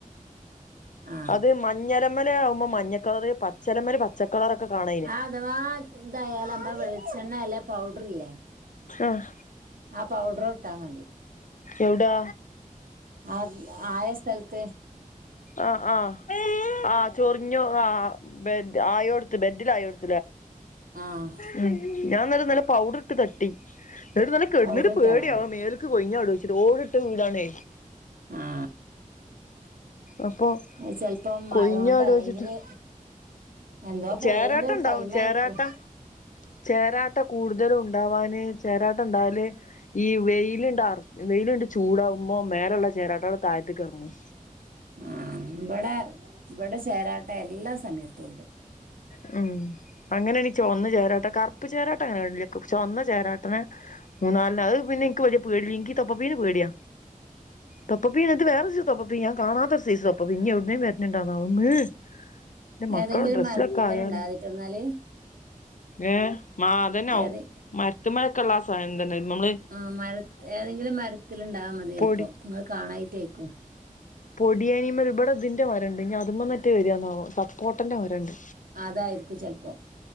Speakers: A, on the right; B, on the left.
A: ആ
B: അത് മറ്റെ മഞ്ഞലെമ്മല് ആമ്പോ മഞ്ഞക്കളർ പച്ചലമ്മല് പച്ചക്കളറൊക്കെ കാണ
A: ആ അഥവാ ഇതായാല് നമ്മ വെളിച്ചെണ്ണ അല്ലേ പൗഡർ ഇല്ലേ
B: ആഹ്
A: ആ പൗഡർ ഇട്ടാ മതി
B: എവിടാ
A: അത് ആയ സ്ഥലത്ത്
B: ആഹ് ആഹ് ആഹ് ചൊറിഞ്ഞു ആ ഹ്ബ ആയോടുത്ത് ബെഡിൽ ആയ്ടുത്തു.
A: ആഹ്
B: ഉം ഞാൻ ഇന്നലെ നല്ല പൗഡർ ഇട്ട് തട്ടി ന്നിട്ട് കിടന്നിട്ട്
A: പൗഡർ ഇട്ടാ
B: പേടിയാവാ
A: മതി
B: മേൽ കൊയിഞാടോ വച്ചിട്ട് ഓടിട്ട വീടാണേ
A: ആ
B: അപ്പൊ
A: അത് ചെലപ്പോം മഴ
B: കൊഴിഞ്ഞാടോ
A: കൊണ്ട് അല്ലെങ്കില്
B: വെച്ചിട്ട്
A: എന്താ പുഴുന്റെ
B: ചേരാട്ട ഉണ്ടാവും
A: ടൈം
B: ചേരാട്ട
A: ആയിരിക്കും
B: ചേരാട്ട കൂടുതലും ഉണ്ടവാന് ചേരാട്ട ഉണ്ടാല് ഈ വെയ്ല്ണ്ടാർ വെയില്ണ്ട് ചൂടാഉമ്പോ മേലള്ള ചേരാട്ടാള് താഴത്ത്കർങ്ങും
A: ആഹ് ബടെ ബട ചേരാട്ട എല്ലാ സമയത്തും ഉണ്ട്
B: ആ അങ്ങനെണി ചൊവന്ന ചേരാട്ട കറപ്പ് ചേരാട്ട അങ്ങനെ കണ്ടില്ലെകും ചൊവന്ന ചേരാട്ടനെ മൂന്നാൽണം അഹ് പിന്നെ ഇൻക്ക് വെല്ല്യ പേടില്ല ഇൻകീ തൊപ്പ പിയ്യ്നെ പേടിആ തൊപ്പ പിയ്യ് അത് വേറ സൈസ് തൊപ്പ പിയ്യ് ഞാൻ കാണാത്തൊര്സെയ്സ് തൊ പ്പ പിന്നിം ഒട്ന്നേം വെര്ന്ന്ണ്ടോണാവം <unintelligible> ൻ്റ മ മക്കെള
A: ഏതെങ്കിലും
B: ഡ്രസ്സിലൊക്കായാലും
A: മരത്തുമ്മല് ഉണ്ടാകാതിട്ടോ എന്നാല്
B: ഏ മാതന്നാ
A: ഏത്
B: ഉം മാര് മരത്ത്മൊക്കെള്ളാ സാനം തന്നെണ് ന്നമ്മ്ള
A: ആഹ് മര ഏതെങ്കിലും മരത്തില്ണ്ടാവാ മതി ചെൽപ്പോ
B: പൊടി
A: ങ്ങള് കാണായ്ട്ടെയ്ക്കും
B: പൊടിയയ്നിമ്മല് ഇബടെ തിന്റെ മരണ്ട് ഞി അത് മന്ന്റ്റെ വെര്ന്നാവോ സപ്പോട്ടന്റെ മരണ്ട്
A: അതായിര്ക്കും ചെൽപ്പം